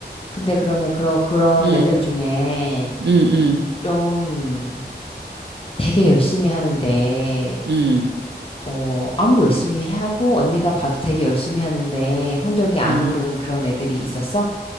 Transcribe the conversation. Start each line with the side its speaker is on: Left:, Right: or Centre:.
Left: 근데 그러면 그러, 그런
Right: 응,
Left: 애들 중에
Right: 응, 응,
Left: 좀 되게 열심히 하는데,
Right: 응,
Left: 어, 아무리 열심히 하고 언니가 봐도 되게 열심히 하는데 성적이 안
Right: 응,
Left: 오른 그런 애들이 있었어?